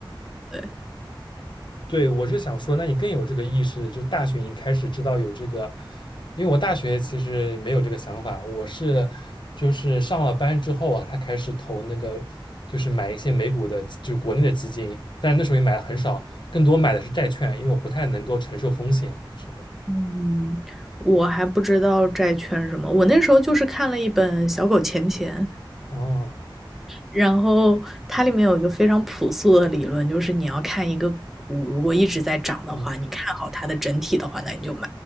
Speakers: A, in the centre; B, on the left.
A: 对，
B: 对，我是想说，那你更有这个意识，就大学已经开始知道有这个，因为我大学其实没有这个想法，我是就是上了班之后啊，他开始投那个，就是买一些美股的，就国内的基金，但是那时候也买的很少，更多买的是债券，因为我不太能够承受风险的时候。
A: 嗯，我还不知道债券什么，我那时候就是看了一本《小狗钱钱》，
B: 哦，
A: 然后它里面有一个非常朴素的理论，就是你要看一个股如果一直在涨的话，
B: 嗯
A: 你看好它的整体的话，那你就买。